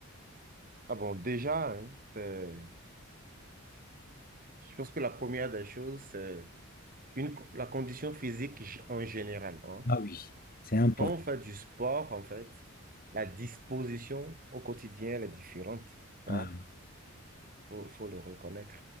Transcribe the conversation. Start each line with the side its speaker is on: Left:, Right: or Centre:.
Right: Ah bon, déjà, hein, c'est- je pense que la première des choses, c'est une... la condition physique g- en général. hein.
Left: Ah oui, c'est important.
Right: Quand on fait du sport, en fait, la disposition au quotidien, elle est différente. Ça,
Left: Ah,
Right: faut, faut le reconnaître.